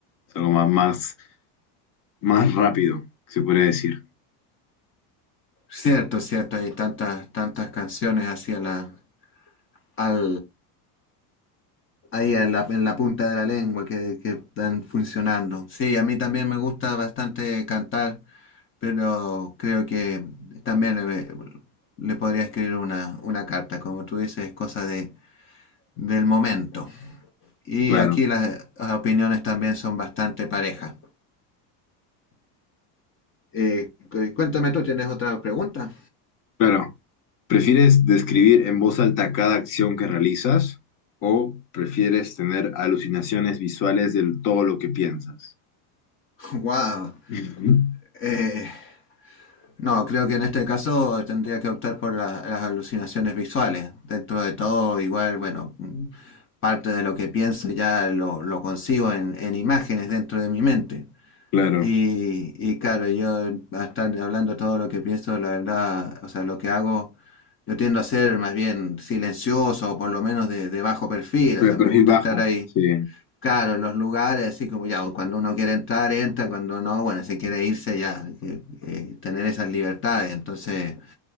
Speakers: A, on the left; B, on the left.
A: Es algo más, más, más rápido, se podría decir.
B: Cierto, cierto, hay tantas, tantas canciones hacia la, al, ahí en la, en la punta de la lengua que, que están funcionando. Sí, a mí también me gusta bastante cantar. Pero creo que también le, le podría escribir una, una carta, como tú dices, es cosa de, del momento. Y
A: Claro,
B: aquí las, las opiniones también son bastante parejas. Eh, cu- cuéntame tú, ¿tienes otra pregunta?
A: claro. ¿Prefieres describir en voz alta cada acción que realizas o prefieres tener alucinaciones visuales de todo lo que piensas?
B: <laughs> Wow.
A: <laughs>
B: Eh, no, creo que en este caso tendría que optar por la- las alucinaciones visuales. Dentro de todo, igual, bueno, mm, parte de lo que pienso ya lo, lo consigo en, en imágenes dentro de mi mente.
A: Claro,
B: Y, y claro, yo a estar hablando todo lo que pienso, la verdad, o sea, lo que hago, yo tiendo a ser más bien silencioso o por lo menos de, de bajo perfil,
A: de
B: o sea,
A: perfil
B: me gusta
A: bajo,
B: estar ahí,
A: sí,
B: claro, en los lugares, así como ya, cuando uno quiere entrar, entra, cuando no, bueno, si quiere irse ya, que, eh, tener esas libertades. Entonces,